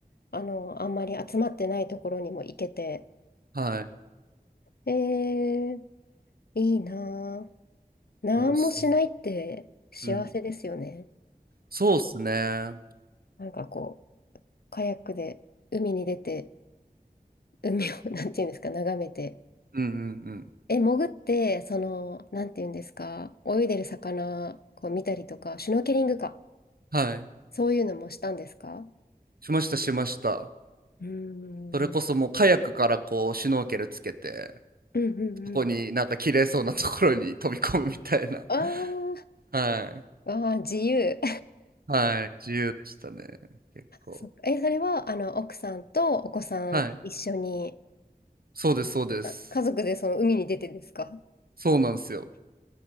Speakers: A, on the left (about 80°); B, on the right (about 70°).
A: あの、あんまり集まってないところにも行けて、
B: はい。
A: ええいいなぁ。なんもしないって幸せですよね。
B: でおすすめ。うん。そうっすね。うん
A: なんかこう、カヤックで海に出て、海を、<laughs> なんていうんですか、眺めて。
B: うんうん。
A: え、潜って、その、なんていうんですか、泳いでる魚、こう見たりとか、シュノーケリングか。
B: はい。
A: そういうのもしたんですか
B: しましたしました。
A: うーん。
B: それこそもうカヤックからこうシュノーケルつけて、
A: うんうんうん。
B: そこになんか綺麗そうなところに飛び込むみたいな。
A: あー
B: <laughs> はい。
A: あー、自由。
B: はい。自由でしたね。結構。
A: <laughs> そっか。え、それは、あの、奥さんとお子さん一緒に、
B: はい。そうです、そうです。
A: あ家族でその海に出てですか
B: そうなんですよ。